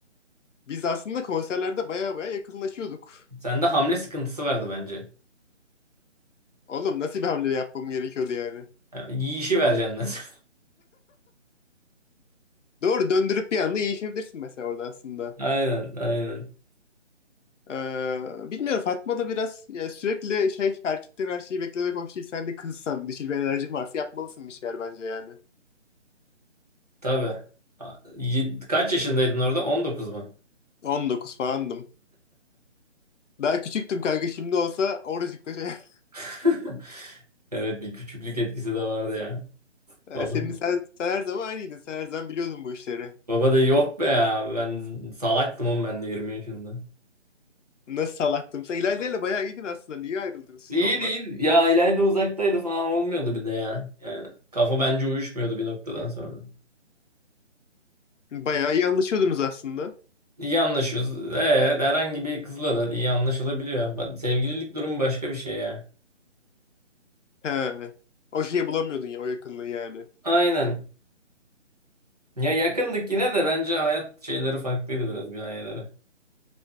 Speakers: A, on the left; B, on the right.
A: Biz aslında konserlerde baya baya yakınlaşıyorduk.
B: Sende hamle sıkıntısı vardı bence.
A: Oğlum nasıl bir hamle yapmam gerekiyordu yani?
B: Yani yiyişi vereceksin mesela.
A: Doğru döndürüp bir anda iyileşebilirsin mesela orada aslında.
B: <laughs> Aynen aynen.
A: Ee, bilmiyorum Fatma da biraz ya sürekli şey erkekten her şeyi beklemek hoş değil. Sen de kızsan dişil bir enerjin varsa yapmalısın bir şeyler bence yani.
B: Tabii. A- y- Kaç yaşındaydın orada? 19 mu?
A: 19 falandım. Daha küçüktüm kanka şimdi olsa oracıkta şey. <laughs>
B: <laughs> Evet bir küçüklük etkisi de vardı ya.
A: Ee,
B: Baba,
A: Senin sen, sen her zaman aynıydın. Sen her zaman biliyordun bu işleri.
B: baba da yok be ya. Ben salaktım oğlum ben de 20 yaşında.
A: Nasıl salaktım. Sen İlayda ile bayağı iyiydin aslında. Niye ayrıldınız siz
B: İyi
A: onunla?
B: değil. Ya İlayda uzaktaydı falan olmuyordu bir de ya. Yani kafa bence uyuşmuyordu bir noktadan sonra.
A: Bayağı iyi anlaşıyordunuz aslında.
B: İyi anlaşıyoruz. Ee, herhangi bir kızla da iyi anlaşılabiliyor. Bak, sevgililik durumu başka bir şey ya.
A: He. O şeyi bulamıyordun ya o yakınlığı yani.
B: Aynen. Ya yakındık yine de bence hayat şeyleri farklıydı biraz gayeleri.